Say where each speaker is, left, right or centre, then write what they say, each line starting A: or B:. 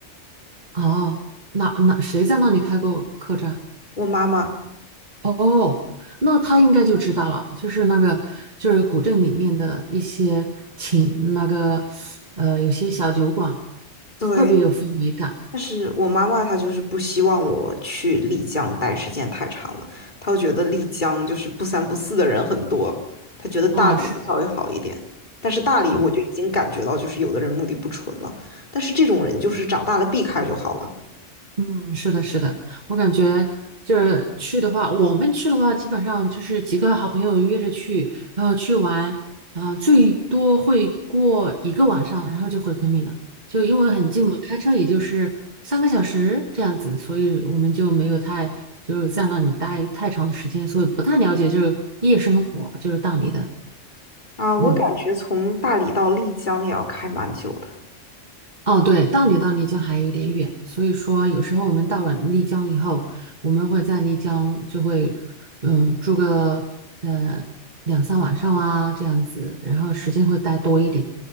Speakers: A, on the right; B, on the left.
A: 哦，哪哪谁在那里开过客栈？
B: 我妈妈，
A: 哦，那他应该就知道了，就是那个就是古镇里面的一些情，那个呃，有些小酒馆
B: 对，
A: 特别有氛围感
B: 但是我妈妈她就是不希望我去丽江待时间太长了，她会觉得丽江就是不三不四的人很多，她觉得大理能稍微好一点。
A: 啊，是的。
B: 但是大理我就已经感觉到，
A: 啊。
B: 就是有的人目的不纯了，但是这种人就是长大了避开就好了。
A: 嗯，是的，是的，我感觉就是去的话，我们去的话，基本上就是几个好朋友约着去，然后去玩，啊、最多会过一个晚上，然后就回昆明了，就因为很近嘛，开车也就是三个小时这样子，所以我们就没有太就是在那里待太长的时间，所以不太了解就是夜生活，就是大理的，
B: 啊，我感觉从大理到丽江也要开蛮久的。
A: 嗯。哦，对，到你到丽江还有一点远，所以说有时候我们到了丽江以后，我们会在丽江就会，嗯、住个呃两三晚上啊这样子，然后时间会待多一点，